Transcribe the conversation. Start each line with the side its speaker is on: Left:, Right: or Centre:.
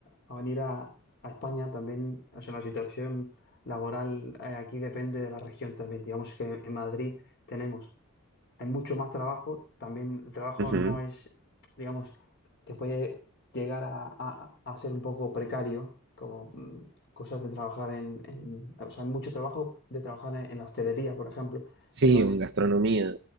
Left: a venir a, a España también, o sea, la situación laboral eh, aquí depende de la región también. Digamos que en Madrid tenemos, hay mucho más trabajo, también el trabajo
Right: Ujú,
Left: no es, digamos, que puede llegar a, a- a ser un poco precario, como mm, cosas de trabajar en, en- o sea, hay mucho trabajo de trabajar en, en la hostelería, por ejemplo,
Right: Sí,
Left: pero
Right: o en gastronomía.